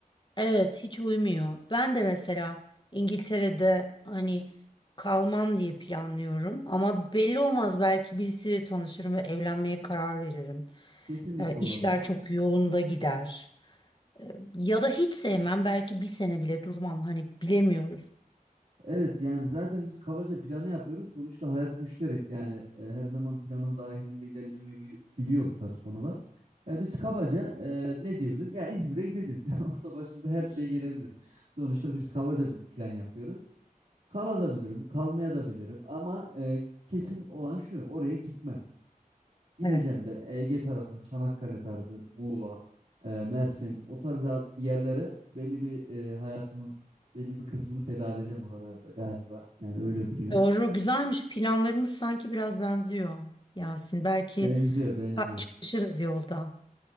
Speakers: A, on the left; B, on the right.
A: evet hiç uymuyor. Ben de mesela İngiltere'de hani kalmam diye planlıyorum ama belli olmaz belki birisiyle tanışırım ve evlenmeye karar veririm.
B: Kesinlikle
A: Ee,
B: olabilir.
A: işler çok yolunda gider. Ya da hiç sevmem belki bir sene bile durmam hani bilemiyoruz.
B: Evet yani zaten biz kabaca planı yapıyoruz. Sonuçta hayat müşterek yani e, her zaman planın dahilinde ilerlemeyebiliyor bu tarz konular. Ya biz kabaca e, ne diyebiliriz? Ya İzmir'e gideceğiz. <laughs> Orada başımıza her şey gelebilir. Sonuçta biz kabaca bir plan yapıyoruz. Kalabilirim, kalmaya da bilirim ama e, kesin olan şu, oraya gitmem. Gideceğim
A: Evet.
B: de Ege tarafını Çanakkale tarzı, Muğla, e, Mersin o tarz al- yerlere belli bir e, hayatımın belli bir kısmını feda edeceğim oralarda galiba. Yani öyle duruyor.
A: Doğru, güzelmiş. Planlarımız sanki biraz benziyor Yasin. Belki
B: Benziyor, benziyor.
A: karşılaşırız yolda.